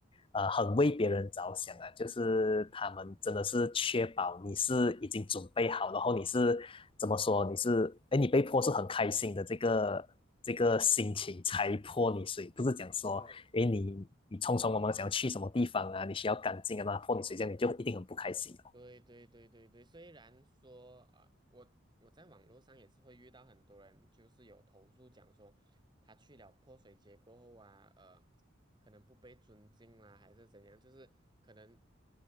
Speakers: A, on the left; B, on the right.
A: 呃很为别人着想啊，就是他们真的是确保你是已经准备好，然后你是怎么说，你是哎你被泼是很开心的这个这个心情才泼你水，不是讲说。
B: 是
A: 因为你你匆匆忙忙想要去什么地方啊，你需要干净啊，那他破你水这样你就一定很不开心哦。
B: 对对对对对，虽然说啊、我我在网络上也是会遇到很多人，就是有投诉讲说，他去了泼水节过后啊，呃，可能不被尊敬啦，还是怎样，就是可能